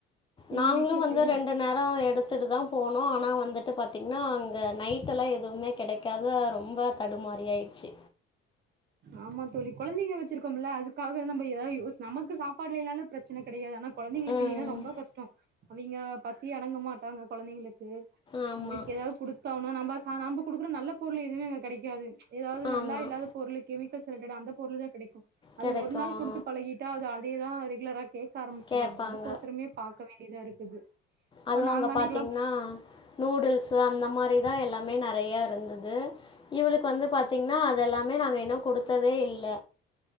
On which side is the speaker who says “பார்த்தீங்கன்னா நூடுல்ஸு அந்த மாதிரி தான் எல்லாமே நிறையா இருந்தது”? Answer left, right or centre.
Left